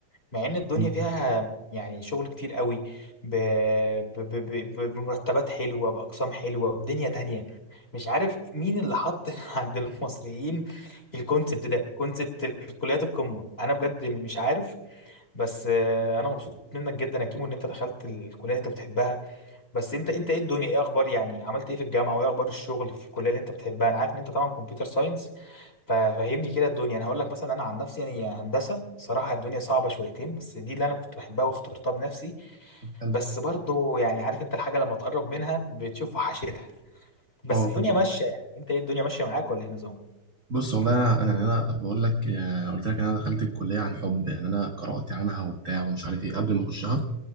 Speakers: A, on the left; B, on the right.
A: مع ان الدنيا
B: مم.
A: فيها يعني شغل كتير قوي ب... ب... ب... ب... ب- بمرتبات حلوة بأقسام حلوة بدنيا تانية مش عارف مين اللي حط <laughs> عند المصريين الكونسبت ده كونسبت الكليات القمة انا بجد مش عارف بس آه، انا مبسوط منك جدا يا كيمو ان انت دخلت الكلية اللي انت بتحبها بس انت انت ايه الدنيا ايه اخبار يعني عملت ايه في الجامعة وايه اخبار الشغل في الكلية اللي انت بتحبها انا عارف ان انت طبعا كمبيوتر ساينس ففهمني كده الدنيا انا هقول لك مثلا انا عن نفسي يعني هندسه صراحه الدنيا صعبه شويتين بس دي اللي انا كنت بحبها واخترتها بنفسي
B: حلو.
A: بس برضو يعني عارف انت الحاجه لما تقرب منها بتشوف وحشتها بس
B: اه
A: الدنيا
B: بالظبط.
A: ماشيه يعني انت ايه الدنيا ماشيه معاك ولا ايه النظام
B: بص والله انا انا يعني انا بقول لك يعني قلت لك إن انا دخلت الكليه عن حب يعني انا قرات عنها وبتاع ومش عارف ايه قبل ما اخشها